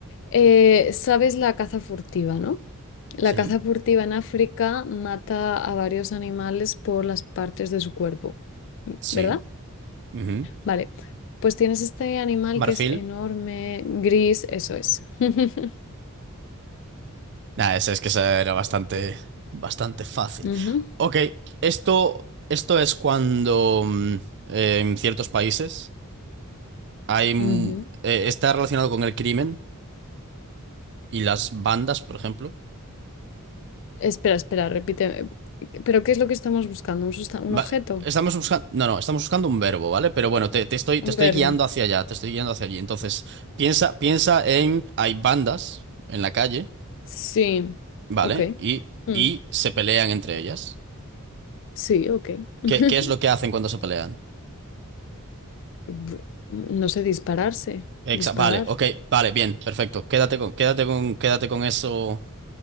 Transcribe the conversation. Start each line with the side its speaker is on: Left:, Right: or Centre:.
Left: Eh, sabes la caza furtiva, ¿no? La
Right: Sí.
Left: caza furtiva en África mata a varios animales por las partes de su cuerpo, m-
Right: Sí.
Left: ¿verdad?
Right: ujú.
Left: Vale, pues tienes este animal
Right: Marfil.
Left: que es enorme, gris, eso es. <laughs>
Right: Nada, esa es que esa era bastante, bastante fácil.
Left: Ujú,
Right: Ok, esto, esto es cuando mm, eh, en ciertos países hay, mm,
Left: ujú.
Right: eh, está relacionado con el crimen y las bandas, por ejemplo.
Left: Espera, espera, repite. ¿Pero qué es lo que estamos buscando? ¿Un susta- un
Right: Va-
Left: objeto?
Right: estamos buscando, no, no, estamos buscando un verbo, ¿vale? Pero bueno, te, te estoy, te
Left: ¿Un
Right: estoy
Left: verbo?
Right: guiando hacia allá, te estoy guiando hacia allí. Entonces, piensa, piensa en, hay bandas en la calle,
Left: Sí.
Right: ¿vale?
Left: Ok.
Right: Y,
Left: Mm.
Right: y se pelean entre ellas.
Left: Sí, ok. <laughs>
Right: ¿Qué, qué es lo que hacen cuando se pelean?
Left: B- No sé, dispararse.
Right: Exa-
Left: Disparar.
Right: vale, ok, vale, bien, perfecto. Quédate con, quédate con, quédate con eso,